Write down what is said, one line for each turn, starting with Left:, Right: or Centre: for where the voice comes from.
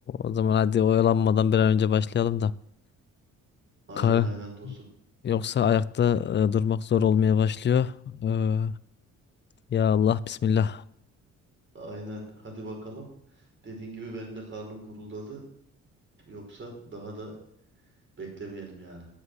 Left: o zaman hadi oyalanmadan bir an önce başlayalım
Right: Aynen
Left: da.
Right: aynen dostum.
Left: Yoksa ayakta e, durmak zor olmaya başlıyor. Ee, ya Allah Bismillah.
Right: Aynen hadi bakalım. Dediğin gibi benim de karnım guruldadı. Yoksa daha da beklemeyelim yani.